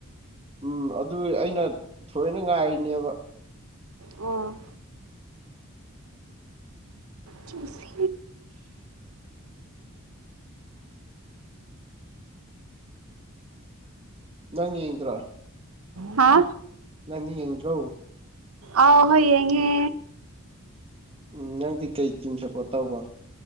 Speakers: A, on the right (about 25°); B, on the right (about 75°).
A: ꯎꯝ ꯑꯗꯨ ꯑꯩꯅ ꯊꯣꯏꯅ ꯉꯥꯏꯔꯤꯅꯦꯕ
B: ꯑꯣ ꯆꯨꯁ
A: ꯅꯪ ꯌꯦꯡꯗ꯭ꯔꯣ
B: ꯍꯥ
A: ꯅꯪꯗꯤ ꯌꯦꯡꯗꯔꯣ
B: ꯑ ꯍꯣꯏ ꯌꯦꯡꯉꯦ
A: ꯎꯝ ꯅꯪꯗꯤ ꯀꯩ ꯇꯤꯝ ꯁꯞꯄꯣꯔꯠ ꯇꯧꯕ